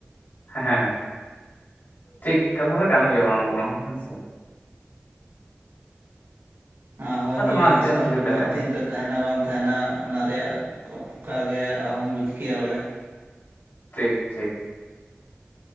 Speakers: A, on the left; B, on the right.
A: ᱦᱮᱸ ᱴᱷᱤᱠ ᱠᱟᱛᱷᱟ ᱫᱚ ᱠᱟᱱ ᱜᱮᱭᱟ ᱵᱟᱝ ᱫᱚ ᱵᱟᱝ ᱦᱮᱸᱥᱮ
B: ᱟᱨ ᱦᱚᱭ
A: ᱟᱫᱚ
B: ᱡᱤᱣᱤ
A: ᱵᱟᱝ
B: ᱦᱟᱥᱟ
A: ᱪᱮᱫ ᱮᱢ ᱪᱤᱠᱟᱹ
B: ᱦᱚᱲᱢᱚ
A: ᱫᱟᱲᱮᱭᱟᱜᱼᱟ
B: ᱛᱤᱱᱨᱮ ᱛᱟᱦᱮᱱᱟ ᱵᱟᱝ ᱛᱟᱦᱮᱱᱟ ᱚᱱᱟ ᱨᱮᱭᱟᱜ ᱚᱠ ᱜᱮ ᱟᱦᱚᱢ ᱵᱩᱡᱽ ᱠᱮᱭᱟ ᱵᱚᱞᱮ
A: ᱴᱷᱤᱠ ᱴᱷᱤᱠ